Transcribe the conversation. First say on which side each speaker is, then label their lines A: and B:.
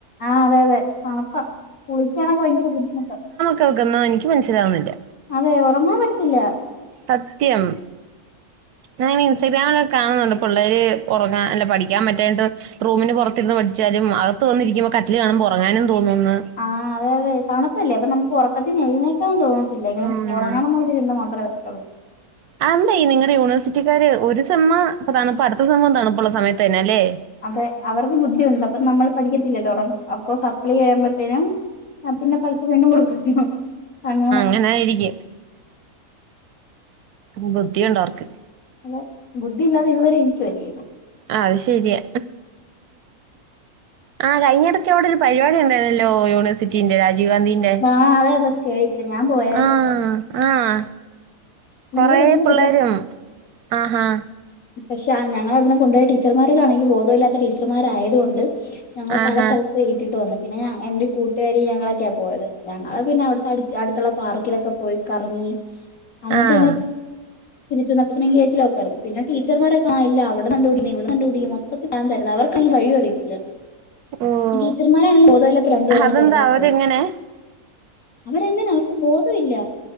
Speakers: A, on the left; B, on the right.
A: ആഹ് അതെ അതെ തണ്പ്പാ കുളിക്കാനൊക്കെ ഭയെങ്കെര ബുദ്ധിമുട്ടാ
B: കേക്ക്ന്നോ എനിക്ക് മൻസ്സ്ലാവുന്നില്ല്യാ
A: അതെ ഒറെങ്ങാൻ പറ്റത്തില്ലാ
B: സത്യം ഞാങ്ങെനെ ഇസ്റ്റഗ്രാമിലെക്കെ കാണ്ന്നുണ്ട് പുള്ളേര് ഒറെങ്ങാ അല്ല പഠിയ്ക്കാം പറ്റായിട്ട് റൂമിന് പാെറത്തിര്ന്ന് പഠിച്ചാലും അകത്ത് വന്നിരിക്കുമ്പോ കട്ടില് കാണ്‌മ്പോ ഒറങ്ങാനും തോന്നൂന്ന്
A: ആഹ് അതെ അതെ തണുപ്പല്ലേ അപ്പൊ നമുക്ക് ഒറക്കത്തീന്നെഴ്ന്നേക്കാൻ തോന്ന് ത്തില്ല ഇങ്ങെനെ
B: ഉം.
A: ഒറെങ്ങണംന്നുള്ളൊരു ചിന്ത മാത്രേ വരത്തൊള്ളൂ
B: ആന്തേ നിങ്ങടെ യൂണിവേഴ്സിറ്റിക്കാര് ഒര് സെമ്മ് തണുപ്പ അട്ത്ത സെമ്മും തണ്പ്പുള്ള സമയത്ത് തന്നെ അല്ലേ
A: അതെ അവർക്ക് ബുദ്ധിയുണ്ട് അപ്പം നമ്മള് പഠിക്കത്തില്ലല്ലോ ഒറെങ്ങും അപ്പൊ സപ്ലി എഴ്മ്പത്തേനും ആഹ് പിന്നെ പൈസ വീണ്ടും കൊട്ക്കാേലോ അങ്ങെനെ
B: ങ്ങനായിരിക്കു ഉം ബുദ്ധിയുണ്ടവർക്ക്
A: അതെ ബുദ്ധി ഇല്ലാതെ ഇതുവരെ ഇരിക്ക്‌വല്ലേ
B: ആഹ് അത് ശെര്യാ ആഹ് കയ്ഞ്ഞെടെക്ക് അവിടെ ഒരു പരിപാടി ഉണ്ടായ്ര്ന്നല്ലോ യൂണിവേഴ്സിറ്റിന്റെ രാ ജീവ് ഗാന്ധീന്റെ
A: ആഹ് അതെ അതെ സ്റ്റേഡിയത്തില് ഞാൻ പോയായിരുന്നു
B: ആഹ് ആഹ്
A: നല്ല
B: കൊറേ
A: വല്യ
B: പിള്ളേരും ആഹാ
A: പഷാ ഞങ്ങളവ്ട്ന്ന് കൊണ്ടാേയ ടീച്ചറ് മാര്ക്കാണെങ്കി ബോധവില്ലാത്ത ടീച്ചർമാരായത്കൊണ്ട് ഞങ്ങളെ
B: ആഹാ
A: പല സൽ ത്ത് ഇട്ടിട്ട് വന്നു പിന്നെ ഞ എന്റെ കൂട്ട്കാരി ഞങ്ങളൊക്കെയാ പോയത് ഞങ്ങള് പിന്നെ അവിട്ത്തെ അട്ത് അട്ത്തുള്ള പാർക്കിലൊക്കെ പോയി കറങ്ങി അന്നിട്ട്
B: ആഹ്
A: ഞങ്ങള് തിരിച്ച് വന്നപ്പഴ്തിന് ഗേറ്റ് ലോക്കായ്ര്ന്നു പിന്നെ ടീച്ചർമാരെക്കാ ഇല്ലാ അവ്ട്ന്ന് കണ്ട് പിടിക്കുന്നു ഇവ്ട്ന്ന് കണ്ട് പിടിക്കുന്നു മൊത്തത്തി പ്രാന്തായ്ര്ന്നു അവർക്കാണെങ്കി‌ വഴിയും അറിയത്തില്ലാ
B: ഓഹ്
A: ടീച്ചർമാരാണേല് ബോധവില്ലാത്ത രണ്ട് പേരെയാണ്
B: അതെന്താ
A: പറഞ്ഞ് വിട്ടത്
B: അവരെങ്ങനെ?
A: അവരങ്ങനാ അവർക്ക് ബോധവില്ല